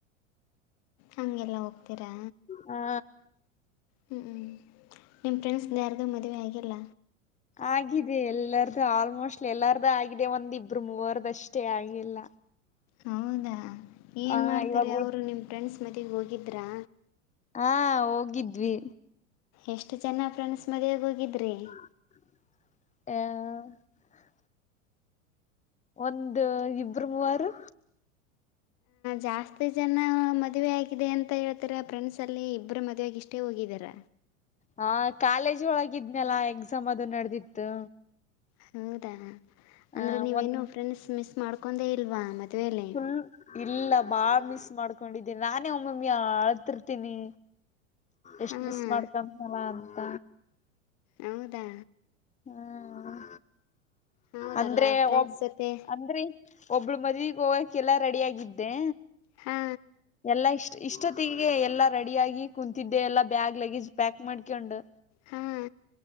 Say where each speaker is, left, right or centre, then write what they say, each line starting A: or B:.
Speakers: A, on the left; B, on the left.
A: ಹಂಗೆಲ್ಲ ಹೋಗ್ತೀರಾ?
B: ಹಾ.
A: ಹ್ಮ್ ನಿಮ್ಮ ಫ್ರೆಂಡ್ಸ್ ಯಾರ್ದು ಮದುವೆ ಆಗಿಲ್ಲ?
B: ಆಗಿದೆ ಎಲ್ಲಾರ್ದು ಆಲ್ಮೋಸ್ಟ್ ಎಲ್ಲಾರ್ದು ಆಗಿದೆ ಒಂದ್ ಇಬ್ರು ಮೂವರದಷ್ಟೇ ಆಗಿಲ್ಲ.
A: ಹೌದಾ ಏನು
B: ಹ
A: ಮಾಡ್ತಾರೆ
B: ಇವಾಗ
A: ಅವರು ನಿಮ್ಮ ಫ್ರೆಂಡ್ಸ್ ಮದ್ವಿಗೆ ಹೋಗಿದ್ರಾ?
B: ಹಾ ಹೋಗಿದ್ವಿ.
A: ಎಷ್ಟು ಜನ ಫ್ರೆಂಡ್ಸ್ ಮದುವೆ ಹೋಗಿದ್ರಿ?
B: <unintelligible> ಒಂದ ಇಬ್ಬರ ಮೂವರು.
A: ಜಾಸ್ತಿ ಜನ ಮದುವೆ ಆಗಿದೆ ಅಂತ ಹೇಳ್ತಾರೆ ಫ್ರೆಂಡ್ಸಲ್ಲಿ ಇಬ್ಬರು ಮದುವೆಗ ಇಷ್ಟೇ ಹೋಗಿದ್ದಾರ
B: ಹಾ ಕಾಲೇಜ್ ಒಳಗಿದ್್ಮ್ಯಲ್ಲಾ ಎಕ್ಸಾಮ್ ಅದು ನಡೆದಿತ್ತು
A: ಹೌದಾ ಅಂದರೆ
B: ಆ
A: ನೀವೇನು
B: ಒಂದು
A: ಫ್ರೆಂಡ್ಸ್ ಮಿಸ್ ಮಾಡ್ಕೊಂಡೇ ಇಲ್ವಾ ಮದುವೆಯಲ್ಲಿ
B: ಫುಲ್ ಇಲ್ಲ ಬಾ ಮಿಸ್ ಮಾಡ್ಕೊಂಡಿದ್ದೀನಿ ನಾನೇ ಒಮ್ಮಮ್ಮಿ ಆಳ್ತಿರ್ತೀನಿ ಎಷ್ಟ್
A: ಹಾಂ
B: ಮಿಸ್ ಮಾಡ್ಕಲ್ಲ ಅಂತ
A: ಹೌದಾ
B: ಹ್ಮ್
A: ಹೌದಲ್ಲ
B: ಅಂದ್ರೆ
A: ಫ್ರೆಂಡ್ಸ್
B: ಒಬ್
A: ಜೊತೆ
B: ಅಂದ್ರರಿ ಒಬ್ಬಳ ಮದ್ವೆಗ ಹೋಗಕ್ಕೆೆಲ್ಲಾ ರೆಡಿಿಯಗಿದ್ದೆ
A: ಹಾ
B: ಎಲ್ಲಾ ಇಷ್ಟ ಇಷ್ಟೊತ್ತಿಗೆ ಎಲ್ಲಾ ರೆಡಿಿಯಗಿ ಕುೂಂತಿದ್ದೆ ಎಲ್ಲಾ ಬ್ಯಾಗ್ ಲಗೇಜ್ ಪ್ಯಾಕ್ ಮಾಡ್ಕೊಂಡು
A: ಹಾಂ